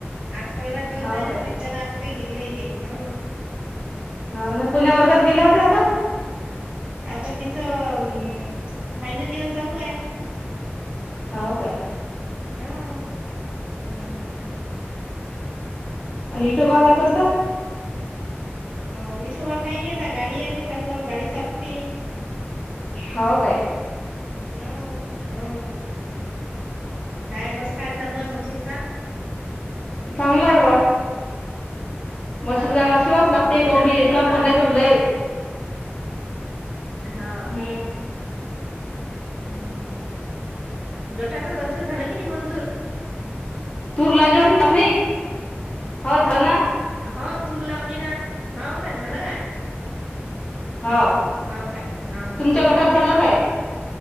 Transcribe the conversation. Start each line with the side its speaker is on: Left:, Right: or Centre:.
Right: आज पहिलाच दिवस
Left: हाव
Right: आहे ना
Left: काय
Right: त्याच्यान आज काही गेली नाही ते ह.
Left: हाव ना कोणा वर्गात गेल्याव त्या आता?
Right: आता तिचं फायनल इयर चालू आहे.
Left: हो काय?
Right: हा हम्म हम्म.
Left: आणि इटोबा काय करतय?
Right: अ विठोबा काही नाही आता गाडी आहे त्येच्या जवळ गाडी चालवते.
Left: हो काय.
Right: हो हो, काय कसं काय चालू आहे मशीन काम?
Left: चांगलंय ग. मशीन
Right: हो
Left: कामास
Right: काय
Left: शिवास
Right: हा
Left: लागते कावण
Right: झालं
Left: की
Right: नाही
Left: कंपनी
Right: का
Left: नाय तर मग लय
Right: हा.
Left: हम्म
Right: हम्म गटाच कर्ज झाला की नाही मंजूर?
Left: तूर लावली वाटत तुमच्यात नाही, हो झाल ना.
Right: हो तूर लावली ना, हो काय झालं काय?
Left: हो
Right: हा, हो काय? हा
Left: तुमच्या
Right: कधी
Left: गटात
Right: भेटते
Left: झालं
Right: मग?
Left: काय